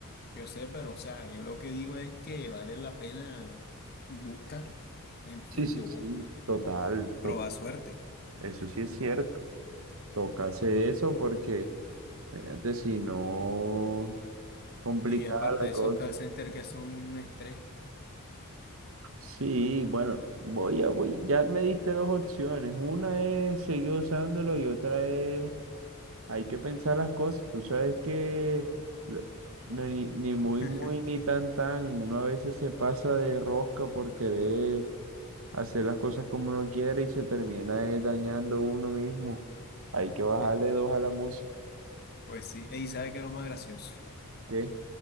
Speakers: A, on the left; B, on the right.
A: yo sé, pero, o sea, yo lo que digo es que vale la pena buscar el,
B: Sí,
A: el
B: sí,
A: que vos
B: sí. Total,
A: probar
B: to-
A: suerte.
B: eso sí es cierto. Toca hacer eso porque, fíjate, si no. Complicada
A: Y aparte,
B: la cosa.
A: esos call centers que son un estrés.
B: Sí, bueno, voy a, voy, ya me diste dos opciones. Una es seguir usándolo y otra es hay que pensar las cosas. Tú sabes que lo- ni, ni muy,
A: <laughs>
B: muy, ni tan, tan. Uno a veces se pasa de rosca por querer hacer las cosas como uno quiere y se termina eh, dañando uno mismo. Hay que bajarle
A: Eh,
B: dos a la música.
A: Pues sí, y ¿sabe qué es lo más gracioso?
B: ¿Qué?